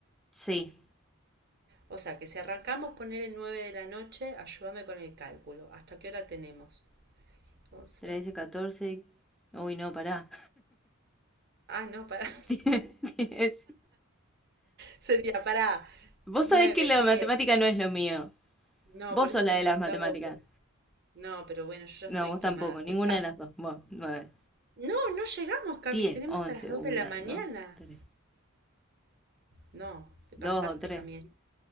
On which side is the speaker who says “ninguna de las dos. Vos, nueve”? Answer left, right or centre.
Centre